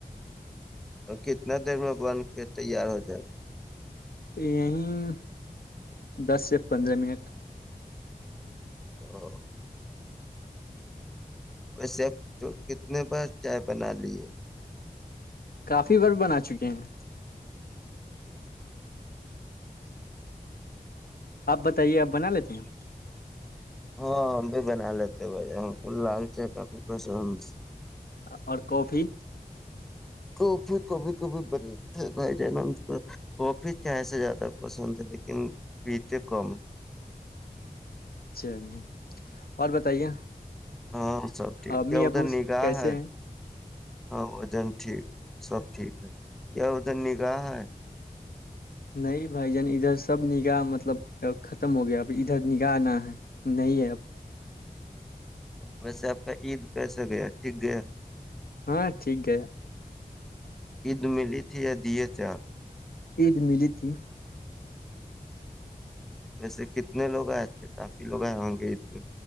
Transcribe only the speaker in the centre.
اور کتنا دیر میں بن کے تیار ہو جائے گا
<unintelligible> ویسےپ کتنے بار چائے بنا لیے
<unintelligible>
کافی کبھی کبھی ب بھائی جان نا کو کافی چائے سے زیادہ پسند ہے لیکن پیتے کم ہیں
ہاں سب ٹھیک
کیا ادھر
نگاہ
ہے
ہاں وجن ٹھیک سب ٹھیک ہے <unintelligible>
ویسے آپ کا عید کیسا گیا ٹھیک گیا
عید ملی تھی یا دیے تھے آ
ویسے کتنے لوگ آئے تھے کافی لوگ آئے ہوں گے عید میں